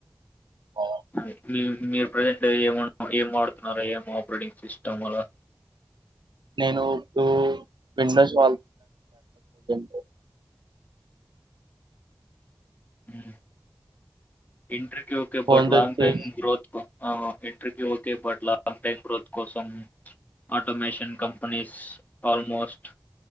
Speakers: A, on the right (about 85°); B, on the left (about 20°).
A: ఆ!
B: హ్మ్ మీ మీరు ప్రజెంట్ ఏమ ఏం వాడుతున్నారా ఏమ్ ఆపరేటింగ్ సిస్టమ్ అలా
A: నేను ఉప్పు విండోస్ వాల్ <inaudible>
B: ఊ ఇంట్రి కి ఓకే
A: ఫోన్ది
B: బట్ లాంగ్
A: వచ్చేసి
B: టైమ్ గ్రోత్ కు ఆ ఇంట్ర్రీ కి okay but long time growth కోసం ఆటోమేషన్ కంపెనీస్ ఆల్మోస్ట్